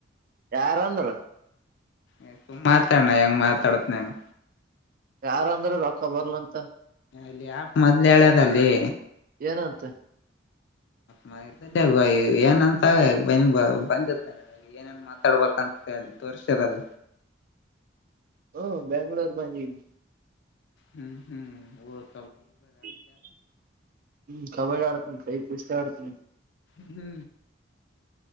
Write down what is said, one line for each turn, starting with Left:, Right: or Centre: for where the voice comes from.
Right: ಯಾರಂದ್ರ
Left: ಎ ಸುಮ್ಮ್ ಮಾತಾಡ ನಾ ಹೆಂಗ್ ಮಾತಾಡತೇನಿ ಹಂಗ
Right: ಯಾರ ಅಂದ್ರು ರೊಕ್ಕ ಬರ್ಲಂತ
Left: ಇ ಯ್ಯಪ್ ಮೊದ್ಲೇ ಹೇಳದಲ್ಲೇ ಲೆ
Right: ಏನಂತ
Left: ನಾ ಇರ್ತಿದ್ಯಾ ಬೈ ಏನಂತೆಳ ವೈ ಬಂದ್ ಇತ್ತನ ಏನೇನ್ ಮಾತಾಡ್ಬೇಕಂತೆಳ್ ಅಲ್ಲಿ ತೋರ್ಸದಲ್
Right: ಹೋ ಬೆಂಗ್ಳೋರ್ ಬನ್ನಿ
Left: ಹು ಹು ಒದ್
Right: ಕಿ ಕಿ ಹು ಕಬಡ್ಡಿ ಆಡಾತೆನಿ ತಡಿ ಕುಸ್ತಿ ಅಡತಿದೇನಿ
Left: ಹು